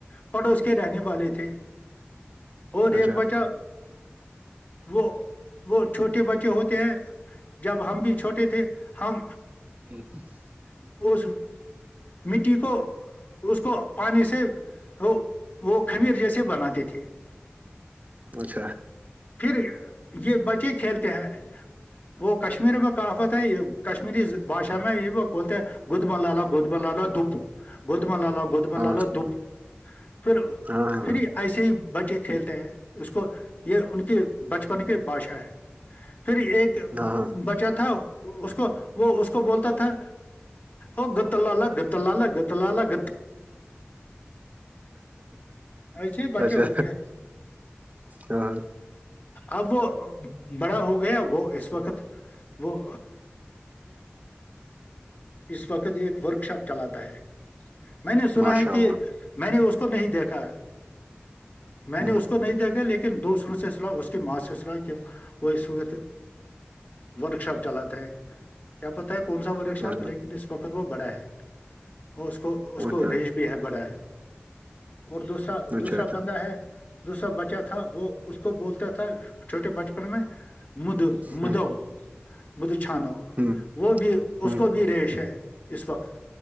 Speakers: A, on the left; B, on the right.
A: پڑوس کے رہنے والے تھے اور
B: اچھا
A: ایک بچہ وہ وہ چھوٹے بچے ہوتے ہیں جب ہم بھی چھوٹے تھے ہم
B: <inaudible>
A: <unintelligible> مٹی کو اس کو پانی سے وہ وہ خمیر جیسے بناتے تھے
B: اچھا
A: پھر یہ بچے کھیلتے ہیں وہ کشمیر میں آفت ہے یہ کشمیری بھشا میں یہ وہ بولتے ہیں گود م لالا گود مل لالا دپ گودما لا لاو گودما
B: ہاں
A: لا لا دپ پھر
B: ہاں ہاں
A: پھر یہ ایسے ہی بچے کھیلتے ہیں اس کو یہ ان کی بچپن کی بادشا ہے پھر ایک
B: ہاں ہاں
A: بچہ تھا اس کو وہ اس کو بولتا تھا ا گت لالا گت لالا گت لالا گت ایسے بچے
B: اچھا
A: ہوتے ہیں
B: ہاں ہاں
A: اب وہ بڑا ہو گیا وہ اس وقت وہ اس وقت ایک ورک شاپ چلاتا ہے میں نے سنا
B: ماشاء
A: ہے
B: اللہ
A: کہ میں نے اس کو نہیں دیکھا میں
B: ہوں
A: نے اس کو نہیں دیکھا لیکن دوسروں سے س اس کی ماسوس رہا کہ وہ اس وقت ورک شاپ چلاتا ہے ایک کیا پتا ہے کون سا وہ رکشا
B: اچھا
A: لیکن اس وقت وہ بڑا ہے اور اس کو اس کو
B: اچھا
A: رینج بھی ہے بڑا ہے اور دوسرا
B: اچھا
A: دوسرا
B: اچھا
A: بندہ ہے دو سا بچہ تھا وہ اس کو بولتا تھا چھوٹے بچپن میں مد مدو
B: ہوں
A: مد چانو
B: ہوں
A: وہ بھی اس
B: ہوں
A: کو بھی ریش ہے اس وقت